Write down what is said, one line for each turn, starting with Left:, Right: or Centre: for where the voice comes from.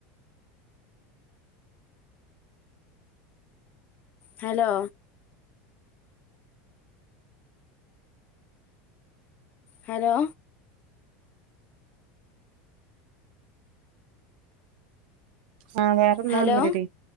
Left: ഹലോ ഹലോ
Right: ആ വേറെന്താ
Left: ഹലോ
Right: ഒന്നുല്ലടി